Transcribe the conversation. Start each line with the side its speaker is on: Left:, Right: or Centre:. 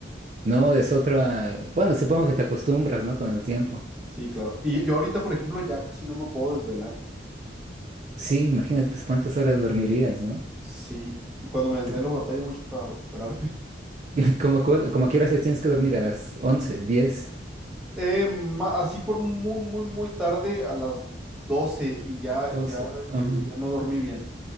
Right: No, es otra... Bueno, supongo que te acostumbras, ¿no? Con el tiempo.
Centre: Sí, claro. Y yo ahorita, por ejemplo, ya casi no me puedo desvelar.
Right: Sí, imagínate, pues cuántas horas dormirías, ¿no?
Centre: Sí, y cuando me desvelo
Right: Tú como,
Centre: batallo mucho para recuperarme.
Right: <laughs> como, cuál- como quieras te tienes que dormir a las once, diez,
Centre: Eh, ma- así por muy, muy, muy tarde, a las 12 y ya,
Right: doce.
Centre: ya
Right: ah,
Centre: que ya no dormí bien.